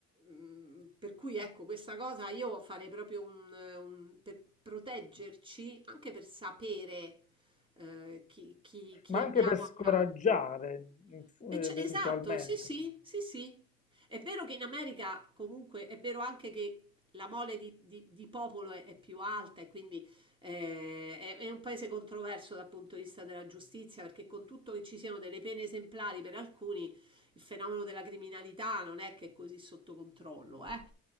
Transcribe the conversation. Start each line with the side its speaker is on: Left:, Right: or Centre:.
Right: mm, per cui ecco, questa cosa io farei proprio un, un- per proteggerci, anche per sapere eh, chi chi- chi
Left: Ma
Right: abbiamo
Left: anche per scoraggiare
Right: accanto.
Left: in-
Right: E
Left: eventualmente.
Right: c'è- esatto, sì, sì, sì, sì. È vero che in America comunque è vero anche che la mole di, di- di popolo è, è più alta e quindi eh, è, è un paese controverso dal punto di vista della giustizia perché con tutto che ci siano delle pene esemplari per alcuni, il fenomeno della criminalità non è che è così sotto controllo, eh.